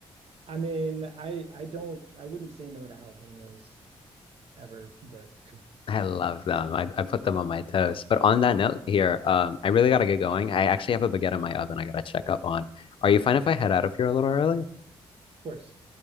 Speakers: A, on the right; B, on the left.
A: I mean, I I don't I wouldn't say no to jalapenos ever, but of
B: I love them. I, I put them on my toast. But on that note here, um, I really gotta get going. I actually have a baguette in my oven I gotta check up on. Are you fine if I head out of here a little early?
A: course.